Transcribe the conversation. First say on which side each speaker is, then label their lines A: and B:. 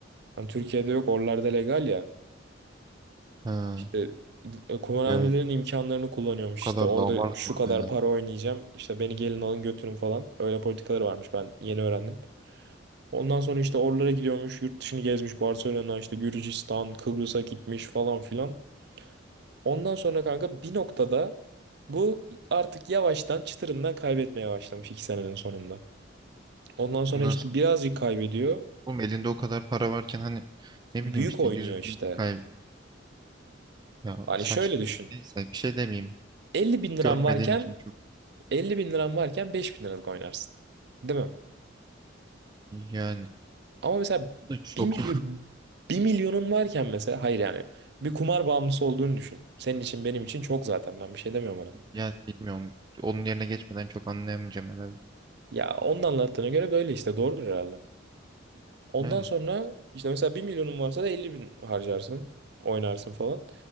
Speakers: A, on the right; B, on the right.
A: Hani Türkiye'de yok oralarda legal ya.
B: Ha,
A: İşte e, kumarhanelerin
B: ya
A: imkanlarını kullanıyormuş
B: o
A: işte.
B: kadar
A: Orada
B: da abartma
A: şu kadar
B: be ya.
A: para oynayacağım. İşte beni gelin alın götürün falan. Öyle politikaları varmış ben yeni öğrendim. Ondan sonra işte oralara gidiyormuş. Yurt dışını gezmiş. Barcelona işte Gürcistan, Kıbrıs'a gitmiş falan filan. Ondan sonra kanka bir noktada bu artık yavaştan çıtırından kaybetmeye başlamış iki senenin sonunda. Ondan sonra
B: Nasıl?
A: işte birazcık kaybediyor.
B: Oğlum elinde o kadar para varken hani ne
A: Büyük
B: bileyim işte
A: oynuyor
B: 100
A: işte.
B: bin kayb ya
A: Hani
B: saçma.
A: şöyle düşün.
B: Neyse bir şey demeyeyim.
A: 50 bin liran
B: Görmediğim
A: varken
B: için çok
A: 50 bin liran varken 5 bin liralık oynarsın. Değil mi?
B: yani
A: Ama mesela
B: bu da çok
A: bir milyon bir milyonun varken mesela hayır yani bir kumar bağımlısı olduğunu düşün. Senin için benim için çok zaten ben bir şey demiyorum ona.
B: <laughs> yani bilmiyorum. Onun yerine geçmeden çok anlayamayacağım herhalde.
A: Ya onun anlattığına göre böyle işte doğrudur herhalde. Ondan
B: Yani
A: sonra işte mesela bir milyonun varsa da 50 bin harcarsın. Oynarsın falan.